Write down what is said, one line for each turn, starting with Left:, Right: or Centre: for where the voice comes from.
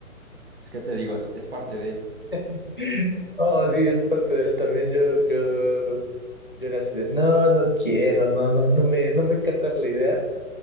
Right: pues qué te digo, es, es parte de...
Left: <laughs> Oh, sí, es parte de él también. Yo, yo, yo era así de, no, no quiero, no, no, no me, no me encanta la idea.